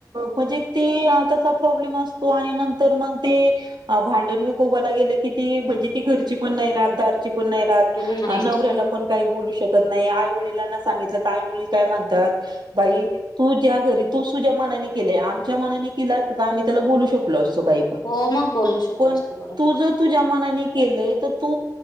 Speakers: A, on the right; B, on the left.
A: म्हणजे ते तसा प्रॉब्लेम असतो. आणि तर मग ते भांडण म कोला गेलं. की ती म्हणजे ती घरची पण नाही. रहदार पण नाही राह
B: नाही
A: नवऱ्याला पण काही बोलू शकत नाही. आई वडिलांना सांगितलं तर आई वडील काय म्हणतात. बाई तू ज्या घरी तू तूझ्या मनानी के आमच्या मनाने केला आम्ही त्या बोलू शकलो. तू जर
B: हो मग बोलू शकलो
A: पण
B: असतो बरोबर.
A: तू जे तुझ्या मनाने केलंय. तर तू